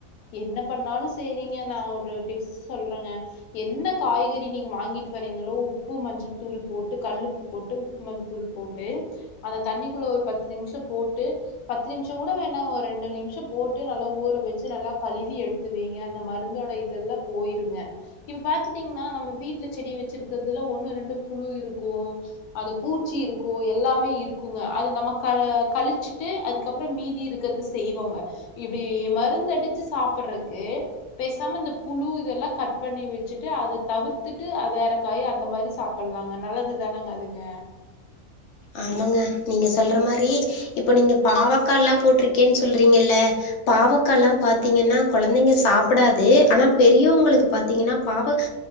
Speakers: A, on the left; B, on the left.
A: என்ன பண்ணாலு சேரிங்க நா ஒரு டிப்ஸ் சொல்றேங்க என்ன காய்கறி நீங்க வாங்கிட்டு வர்றீங்களோ உப்பு மஞ்ச தூள் போட்டு கல்லுப் போட்டு உப்புமஞ் தூள் போட்டு அந்த தண்ணிக்குள்ள ஒரு பத்து நிமிஷோ போட்டு பத்து நிமிஷோ கூட வேண்டாங்க ஒரு ரெண்டு நிமிஷோ போட்டு நல்லா ஊற வெச்சு நல்லா கழுவி எடுத் த்து வெய்ங்க அந்த மருந்தோட இதெல்லா போயிருங்க இப்ப பாத்ட்டீங்ன்னா நம்ம வீட்டுல செடி வெச்சுர்கறது ஒண்ணு ரெண்டு புழு இருக்கு அது பூச்சி இருக்கு எல்லாமே இருக்குங்க அது நமக் கழ்இ கழிச்சுட்டு அதுக்கப்புறோ மீதி இருக்குறது செய்வோங்க இப்டி மருந்த அடிச்சு சாப்புர்றத்க்கு பேசாம இந்த புழு இதெல்லா கட் பண்ணி வச்சுட்டு அத தவிர்த்துட்டு வேற காய் அந்த மாதிரி சாப் பண்வாங்க நல்லது தானேங்க அதுங்க
B: ஆமாங்க நீங்க சொல்ற மாரி இப்போ நீங்க பாவக்கால்லா போட்ருக்கேன்னு சொல்றீங்கல்ல பாவக்க எல்லா பாத்தீங்கன்னா கொழந்தைங்க சாப்டாது ஆனா பெரியவங்களுக்கு பாத்தீங்கன்னா பாவக்